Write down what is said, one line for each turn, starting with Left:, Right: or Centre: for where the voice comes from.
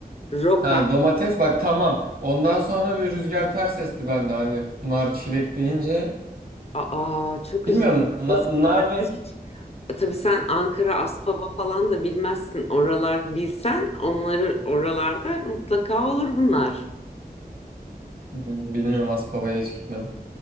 Left: roka.
Right: Ha, domates bak tamam. Ondan sonra bir rüzgar ters esti bende hani nar çilek deyince.
Left: Aa, çok güzel.
Right: Bilmiyorum na-
Left: Nasıl bilmezsin
Right: nar ve
Left: hiç? E, Tabii sen Ankara, Aspava falan da bilmezsin. Oralar bilsen onları oralarda mutlaka olur bunlar.
Right: Hı hı, bilmiyorum Aspava'ya hiç gitmedim.